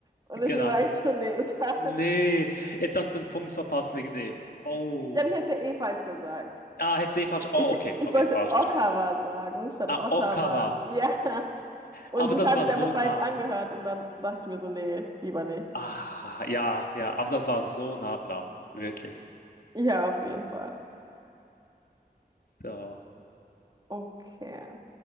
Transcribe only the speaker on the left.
genau.
Nee, jetzt hast du einen Punkt verpasst wegen dem. Oh.
Ah, hätte ich eh falsch. Oh,
okay,
okay,
falsch
verstanden. in dem Fall.
Ah,
Ottawa.
Aber
das
war
so
nah.
Ah, ja, ja, aber das war so nah dran. Wirklich.
So.